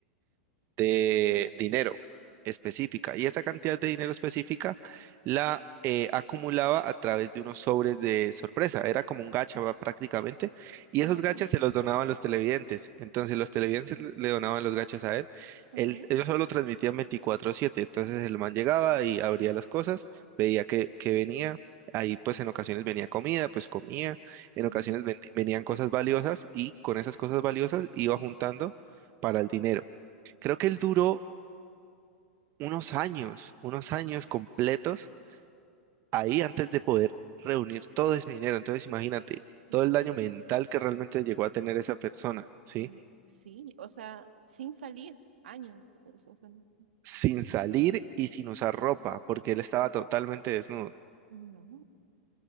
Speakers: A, on the right; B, on the right.
A: de dinero específica. Y esa cantidad de dinero específica la eh, acumulaba a través de unos sobres de sorpresa. Era como un gacha va, prácticamente. Y
B: Ah,
A: esos
B: ok.
A: gachas se los donaban los televidentes. Entonces los televidentes le le donaban los gachas a él.
B: Ajá.
A: Él, ellos solo transmitían veinticuatro siete Entonces el man llegaba y abría las cosas, veía que, que venía. Ahí pues en ocasiones venía comida, pues comía, en
B: Ah,
A: ocasiones ven- venían cosas valiosas y con esas cosas valiosas iba juntando para el dinero. Creo que él duró unos años, unos años completos ahí antes de poder reunir todo ese dinero. Entonces imagínate todo
B: ¿en serio?
A: el daño mental que realmente llegó a tener esa persona, ¿sí?
B: Eh, sí, o sea, sin salir, años. o sea, o sea, no-
A: Sin salir y sin usar ropa, porque él estaba totalmente desnudo.
B: Mm, no.